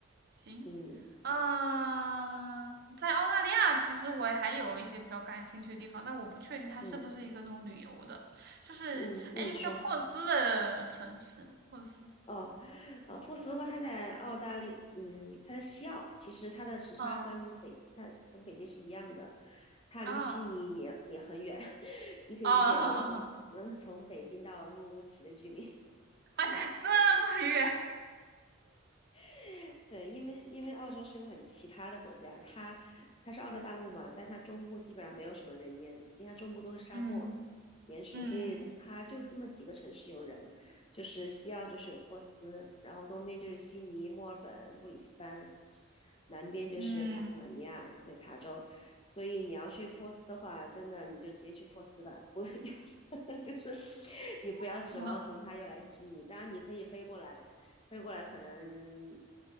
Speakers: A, on the right; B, on the left.
A: 行。
B: 嗯
A: 嗯，在澳大利亚，其实我还有一些比较感兴趣的地方，但我不确定它是不是一个那种旅游的，
B: 嗯
A: 就是哎，
B: 嗯，那你说。
A: 一个叫珀斯的城市，珀斯，
B: 哦，呃，珀斯的话，它在澳大利，嗯，它在西澳，其实它的时差跟北，
A: 啊
B: 它跟北京是一样的，它离悉尼也也很远，
A: 啊
B: <laughs> 你可以理解为从，
A: 啊 <laughs>
B: 嗯，从北京到乌鲁木齐的距离。
A: 啊，对，这么远，
B: <laughs> 对，因为因为澳洲是个很奇葩的国家，它它是澳洲大陆嘛，但它中部基本上没有什么人烟，因为它中部都是沙漠、
A: 嗯
B: 岩石，
A: 嗯
B: 所以它就这么几个城市有人，就是西澳就是有珀斯，然后东边就是悉尼、墨尔本、布里斯班，南边就是塔斯马尼亚，
A: 嗯，
B: 对，塔州，所以你要去珀斯的话，真的你就直接去珀斯吧，不 <laughs> 就是你不要指望从它又来悉尼，
A: 啊 <laughs>
B: 当然你可以飞过来。飞过来可能